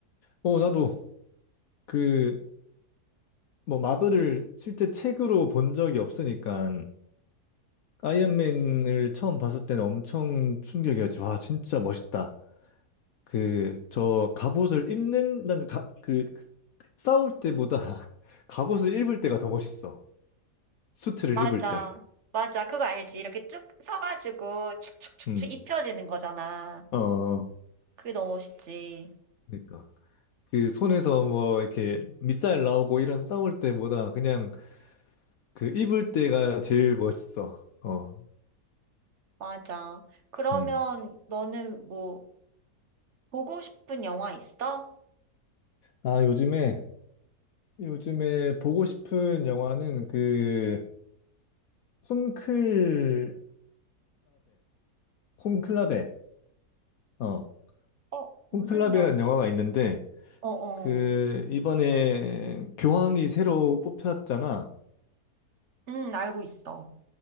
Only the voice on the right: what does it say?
맞아.
맞아. 그거 알지? 이렇게 쭉 서가지고 축축축축
입혀지는 거잖아.
그게 너무 멋있지.
맞아. 그러면
너는 뭐 보고 싶은 영화 있어?
어, 무슨
영화?
어어.
응, 알고 있어.